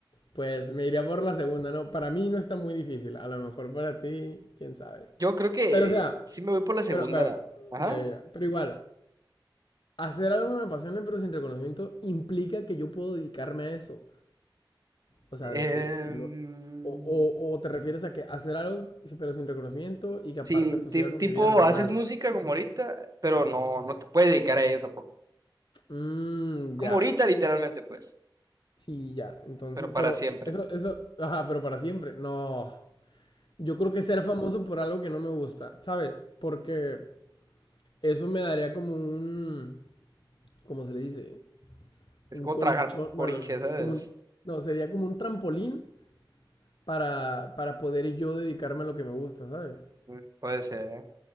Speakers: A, on the left (about 70°); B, on the right (about 45°).
A: Pues me iría por la segunda, ¿no? Para mí no está muy difícil. A lo mejor para ti, quién sabe.
B: Yo creo que
A: Pero, o sea,
B: sí me voy por la segunda.
A: pero, pero,
B: la- Ajá.
A: ya, ya, ya. Pero igual, hacer algo que me apasione pero sin reconocimiento implica que yo puedo dedicarme a eso. O sea,
B: Em,
A: de que lo... O, o- o te refieres a que hacer algo pero sin reconocimiento y que
B: sí,
A: aparte pues
B: ti-
A: siga con
B: tipo,
A: mi vida normal.
B: haces música como ahorita, pero no, no te puedes dedicar a ello tampoco.
A: Mmm,
B: Como
A: ya.
B: ahorita, literalmente, pues,
A: Sí, ya. Entonces,
B: pero para
A: pero
B: siempre.
A: eso, eso, ajá, pero para siempre. No. Yo creo que ser famoso por algo que no me gusta, ¿sabes? Porque Eso me daría como un, ¿cómo se le dice?
B: Es
A: Un
B: como
A: colchón,
B: trabajar por
A: bueno,
B: ingesa,
A: no, como
B: es,
A: un, no, sería como un trampolín para, para poder yo dedicarme a lo que me gusta, ¿sabes?
B: mm, puede ser, ¿eh?